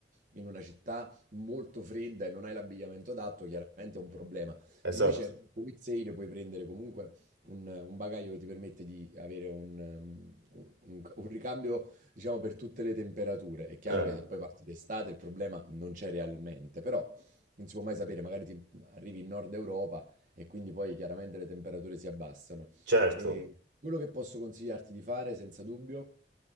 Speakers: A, on the right (about 45°); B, on the right (about 85°).
A: in una città molto fredda e non hai l'abbigliamento adatto, chiaramente è un problema.
B: Esatto,
A: Invece con Wizz Air puoi prendere comunque un, un bagaglio che ti permette di avere un, um, un- un ricambio, diciamo, per tutte le temperature. È chiaro
B: Eh,
A: che se poi parti d'estate il problema non c'è realmente, però non si può mai sapere, magari ti arrivi in Nord Europa e quindi poi chiaramente le temperature si abbassano.
B: certo,
A: E quello che posso consigliarti di fare, senza dubbio,